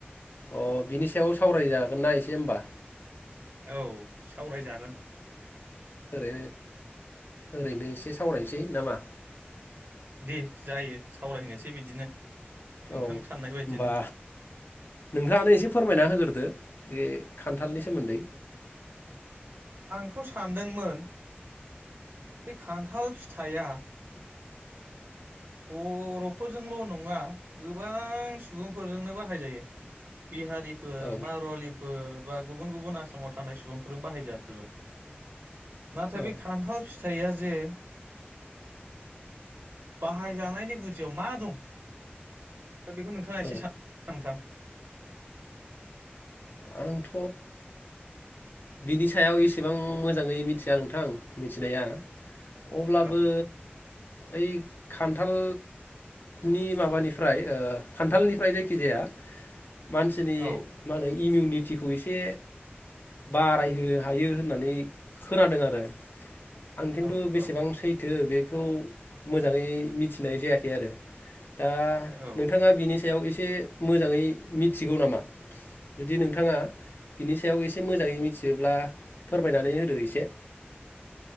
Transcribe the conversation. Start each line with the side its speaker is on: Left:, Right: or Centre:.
Left: अ बिनि सायाव सावरायजागोन ना एसे होमबा।
Right: औ सावराय जाग गोन।
Left: ओरो ओरैनो एसे सावरायनोसै नामा?
Right: दे जायो सावरायनोसै बिदिनो नोंथां
Left: औ
Right: साननाय बायदिनो।
Left: होमबा नोंथाङानो एसे फोरमायना होग्रोदो जे खान्थालनि सोमोन्दै।
Right: थ सानदोंमोन बे खान्थाल फिथाइया बर फोरजोंल नङा गोबां सुबुंफोरजोंनो बाहायजायो। बिहारिफोर
Left: औ
Right: मारवालिफोर बा गुबुन गुबुन आसामाव थानाय सुबुंफोरजों बाहायजाजोबो नाथाय
Left: औ
Right: बे खान्थाल फिथाइया जे बाहाय जानायनि गुदियाव मा दं? दा बेखौ नोंथाङा
Left: औ
Right: एसे <inaudible> नोंथां
Left: आंथ बिनि सायाव एसेबां मोजाङै मिथिया नोंथां मिथिनाया अब्लाबो
Right: औ
Left: ओइ खान्थाल नि माबानिफ्राय ओ खान्थालनिफ्राय जायखिजाया मानसिनि
Right: औ
Left: मानै इमिउनिटिखौ एसे बारायहोनो हायो होननानै खोनादों आरो आं खिन्थु
Right: औ
Left: बेसेबां
Right: औ
Left: सैथो बे खौ मोजाङै मिथि नाय जायाखै आरो दा
Right: औ
Left: नोंथाङा बिनि सायाव एस से मोजाङै मिथिगौ नामा? जुदि नोंथाङा बिनि सायाव एसे मोजाङै मिथियोब्ला फोरमायनानै होदो एसे।